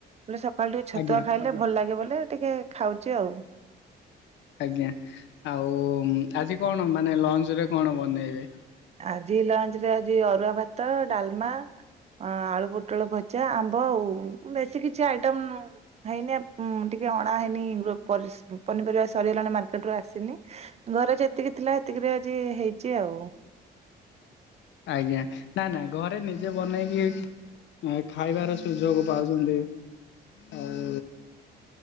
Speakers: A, on the right; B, on the left.
A: ବୋଲେ ସକାଳୁ ଟିକେ ଛତୁଆ
B: ଆଜ୍ଞା
A: ଖାଇଲେ ଭଲ ଲାଗେ ବୋଲେ। ଟିକେ ଖାଉଛି ଆଉ।
B: ଆଜ୍ଞା ଆଉ ଆଜି କଣ। ମାନେ ଲଞ୍ଚ ରେ କଣ ବନେଇବେ?
A: ଆଜି ଲଞ୍ଚ ରେ ଆଜି ଅରୁଆ ଭାତ ଡାଲମା ଆଳୁ ପୋଟଳ ଭଜା ଆମ୍ବ ଆଉ ବେଶୀ କିଛି ଆଇଟମ ହେଇନି ଆ ଟିକେ ଅଣା ହେଇନି ପନିପରିବା ସରିଗଲାଣି ମାର୍କେଟରୁୁ ଆସିନି ଘରେ ଯେତିକି ଥିଲା ସେତିକିରେ ଆଜି ହେଇଛି ଆଉ।
B: ଆଜ୍ଞା ନା ନା ଘରେ ନିଜେ ବନେଇକି ଖାଇବାର ସୁଯୋଗ ପାଉଛନ୍ତି ଆଉ